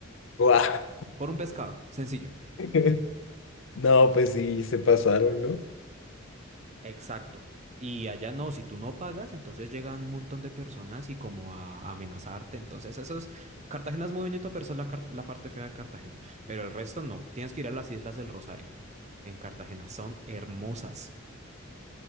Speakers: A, on the left; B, on the right.
A: Wow.
B: Por un pescado, sencillo.
A: <laughs> No, pues sí, se pasaron, ¿no?
B: Exacto. Y allá no, si tú no pagas, entonces llegan un montón de personas y como a amenazarte. Entonces, eso es. Cartagena es muy bonito, pero esa es la, car- la parte fea de Cartagena. Pero el resto no. Tienes que ir a las Islas del Rosario en Cartagena. Son hermosas.